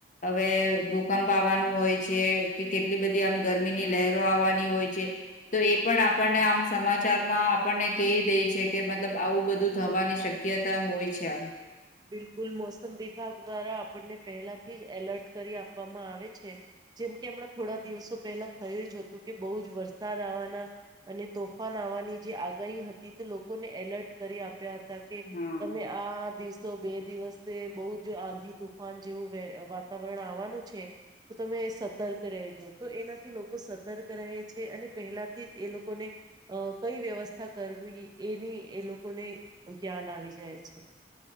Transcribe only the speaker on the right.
બિલકુલ મોસમ વિભાગ દ્વારા આપણને પહેલાથી જ એલર્ટ કરી આપવામાં આવે છે જેમ કે હમણાં થોડા દિવસો પહેલા થયું જ હતું કે બઉજ વરસાદ આવવાના અને તોફાન આવવાની જે આગાહી હતી તો લોકોને એલર્ટ કરી આપ્યા હતા. કે
તમે આ દિવસ બે દિવસે બહુ જ આંધી તુફાન જેવું વાતાવરણ આવવાનું છે, તો તમે સતર્ક રહેેજો તો એનાથી લોકો સતર્ક રહે છે, અને પહેલાથી જ એ લોકોને કઈ વ્યવસ્થા કરવી એની એ લોકો લોકોને જ્ઞાન આવી જાય છે.